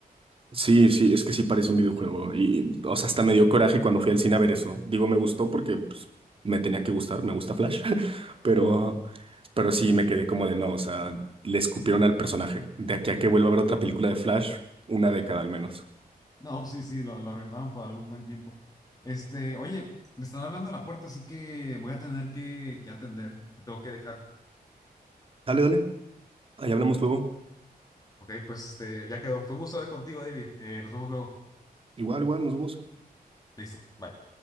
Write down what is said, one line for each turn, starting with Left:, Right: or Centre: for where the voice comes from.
Right: sí, sí, es que sí parece un videojuego. Y, o sea, hasta me dio coraje cuando fui al cine a ver eso. Digo, me gustó porque pues, me tenía que gustar, me gusta Flash. <laughs> Pero, pero sí me quedé como de no, o sea, le escupieron al personaje. De aquí a que vuelva a ver otra película de Flash, una década al menos.
Left: No, sí, sí, lo, lo arrendaron por algún buen tiempo. Este, oye, me están hablando a la puerta, así que voy a tener que, que atender. Te tengo que dejar.
Right: Dale, dale. Ahí hablamos luego.
Left: Ok, pues este, ya quedó. Fue un gusto hablar contigo, David. Eh, nos vemos luego.
Right: Igual, igual, nos vemos.
Left: Listo, bye.